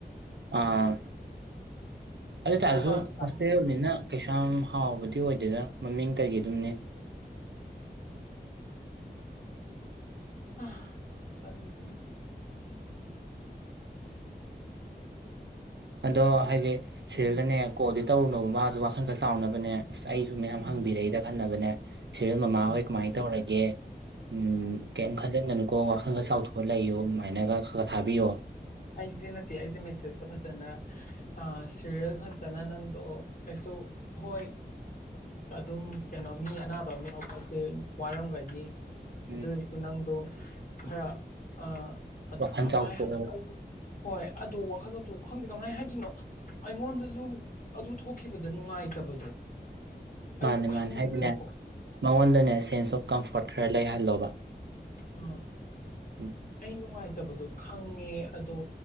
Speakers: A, on the right; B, on the left.
A: ꯑꯥ ꯑꯗꯨꯇꯥꯥꯔꯁꯨ
B: ꯑꯇꯣꯞꯄ ꯅꯨꯡꯗꯥꯡ
A: ꯍꯣꯁꯇꯦꯜꯅꯤꯅ ꯀꯩꯁꯨ ꯌꯥꯝ ꯍꯥꯎꯕꯗꯤ ꯑꯣꯏꯗꯦꯗ ꯃꯃꯤꯡ ꯀꯩꯒꯤꯗꯨꯝꯅꯦ
B: ꯑ ꯄꯅꯤꯀꯦ
A: ꯑꯗꯣ ꯍꯥꯏꯗꯤ ꯁꯦꯔꯦꯜꯗꯅꯦ
B: ꯎꯝ
A: ꯀꯣꯜꯗꯤ ꯇꯧꯔꯨꯅꯣꯕ ꯃꯥꯁꯨ ꯋꯥꯈꯜ ꯈꯔ ꯆꯥꯎꯅꯕꯅꯦ ꯑꯁ ꯑꯩꯁꯨ ꯃꯌꯥꯝ
B: ꯎꯝ
A: ꯍꯪꯕꯤꯔꯛꯏꯗ ꯈꯟꯅꯕꯅꯦ ꯁꯦꯔꯤꯜ ꯃꯃꯥꯍꯣꯏ
B: ꯎꯝ
A: ꯀꯃꯥꯏꯅ ꯇꯧꯔꯒꯦ ꯎꯝ ꯀꯩꯝ ꯈꯟꯖꯤꯟꯒꯅꯨꯀꯣ ꯋꯥꯈꯜꯒ ꯆꯥꯎꯊꯣꯛꯑ ꯂꯩꯌꯣ ꯑꯗꯨꯃꯥꯏꯅꯒ ꯈ ꯈꯔ ꯊꯥꯕꯤꯌꯣ
B: ꯑꯩꯁꯦ ꯅꯠꯇꯦ ꯑꯩꯁꯦ ꯃꯦꯁꯦꯁꯇ ꯐꯖꯅ ꯁꯦꯔꯤꯌꯦꯜ ꯐꯖꯅ ꯅꯪꯗꯣ ꯑꯦꯁꯨꯁꯨ ꯍꯣꯏ ꯑꯗꯨꯝ ꯀꯩꯅꯣ ꯃꯤ ꯑꯅꯥꯕ ꯑꯃ ꯌꯥꯎꯕ ꯍꯥꯏꯁꯦ ꯋꯥꯔꯝꯒꯅꯤ
A: ꯎꯝ
B: ꯑꯗꯨ ꯑꯣꯏꯔꯁꯨ ꯅꯪꯗꯣ ꯈꯔꯥꯏ
A: ꯋꯥꯈꯜ ꯆꯥꯎꯊꯣꯛꯑꯣ
B: ꯍꯥꯏꯗꯅ ꯍꯣꯏ ꯑ ꯋꯥꯈꯜꯗꯇ ꯈꯪꯗꯦ ꯀꯃꯥꯏꯅ ꯍꯥꯏꯔꯤꯣꯏꯅꯣ ꯑꯩꯉꯣꯟꯗꯁꯨ ꯑꯗꯨ ꯊꯣꯛꯈꯤꯕꯗ ꯅꯨꯡꯉꯥꯏꯇꯕꯗꯣ
A: ꯃꯥꯅꯤ
B: ꯑꯩꯁꯨ ꯈꯪꯉꯦꯕꯀꯣ
A: ꯃꯥꯅꯦ ꯍꯥꯏꯗꯤꯅꯦ ꯃꯉꯣꯟꯗꯅꯦ ꯁꯦꯟꯁ ꯑꯣꯐ ꯀꯝꯐꯣꯔꯠ ꯈꯔ ꯂꯩꯍꯜꯂꯣꯕ
B: ꯎ
A: ꯎꯝ
B: ꯑꯩ ꯅꯨꯡꯉꯥꯏꯖꯦ ꯗꯣ ꯈꯪꯉꯦ ꯑꯗꯣ